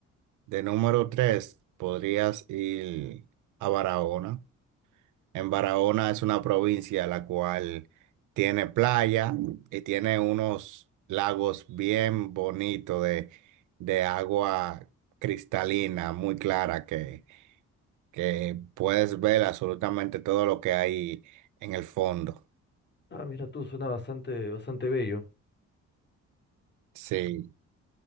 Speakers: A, on the right; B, on the left.
A: De número tres, podrías ir a Barahona. En Barahona es una provincia la cual tiene playa y tiene unos lagos bien bonitos de, de agua cristalina, muy clara, que, que puedes ver absolutamente todo lo que hay en el fondo.
B: Ah, mira tú, suena bastante, bastante bello.
A: Sí,